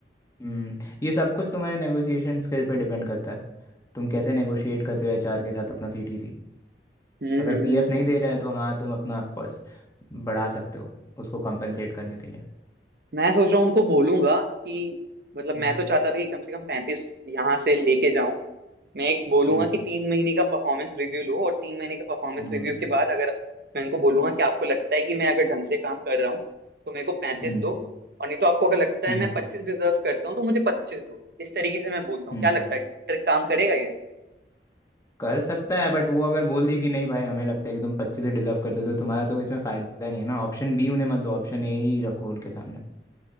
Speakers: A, on the left (about 20°); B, on the right (about 55°).
A: हम्म ये सब कुछ तुम्हारे नेगोशिएशन स्किल पे डिपेंड करता है तुम कैसे नेगोशिएट करते हो एचआर के साथ अपना सीटीसी
B: हम्म
A: अगर
B: हम्म,
A: पीएफ
B: हम्म।
A: नहीं दे रहे हैं तो हाँ तुम अपना पर्स बढ़ा सकते हो उसको कंपनसेट करने के लिए
B: मैं सोच रहा हूँ उनको बोलूंगा कि मतलब मैं
A: हम्म
B: तो चाहता था कि कम से कम पैंतीस यहाँ से लेके जाऊं मैं एक बोलूंगा
A: हम्म
B: कि तीन महीने का परफॉर्मेंस रिव्यू लो और तीन महीने का परफॉर्मेंस
A: हम्म
B: रिव्यू के बाद अगर मैं उनको बोलूंगा कि आपको लगता है कि मैं अगर ढंग से काम कर रहा हूँ तो मेरे को पैंतीस
A: हम्म
B: दो और नहीं तो आपको अगर लगता है
A: हम्म
B: मैं पच्चीस डिजर्व करता हूँ तो मुझे पच्चीस दो इस तरीके से मैं बोलता हूँ
A: हम्म
B: क्या लगता है ट्रिक काम करेगा ये
A: कर सकता है बट वो अगर बोल दिए कि नहीं भाई हमें लगता है कि तुम पच्चीस से डिजर्व करते हो तो तुम्हारा तो इसमें फ़ायदा नहीं है ना ऑप्शन बी उन्हें मत दो ऑप्शन ए ही रखो उनके सामने